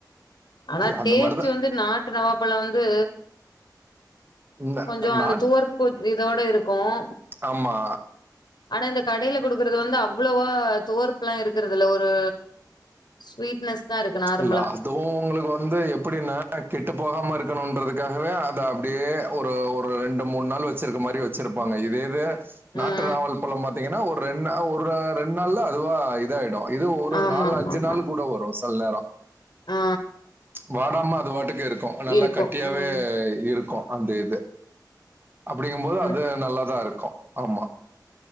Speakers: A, on the left; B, on the right.
A: ஆனா
B: அந்த
A: டேஸ்ட்டு
B: மாரி தான்
A: வந்து நாட்டு நவாப்பழம் வந்து
B: ந
A: கொஞ்சோ அந்த
B: நாட்
A: துவர்ப்பு இதோட இருக்கும்
B: ஆமா
A: ஆனா இந்த கடையில குடுக்கறது வந்து அவ்ளோவா துவர்பப்புல்லா இருக்கறது இல்ல ஒரு ஸ்வீட்னஸ் தா இருக்கு நார்மலா
B: இல்ல அதுவு உங்களுக்கு இப்ப வந்து எப்படின்னா கெட்டுப்போகாம இருக்கணுன்றதுக்காகவே அத அப்டியே ஒரு ஒரு ரெண்டு மூணு நாள் வச்சுருக்கு மாரி வச்சிருப்பாங்க இதையவே நாட்டு
A: ம்
B: நாவல் பழம் பாத்தீங்கன்னா ஒரு ரெண்னா ஒரு ரெண்டு நாள்ல அதுவா இதாயிடு இது ஒரு
A: ஆமா
B: நாலு
A: ஆமா
B: அஞ்சு
A: ஆமா
B: நாள் கூட வரு சில நேரோ
A: ஆ
B: வாடாம அது பாட்டுக்கு இருக்கு நல்லா
A: இருக்கு
B: கட்டியாவே
A: ம்
B: இருக்கு அந்த இது அப்படிங்கம்போது
A: ம்
B: அது நல்லாதா இருக்கு ஆமா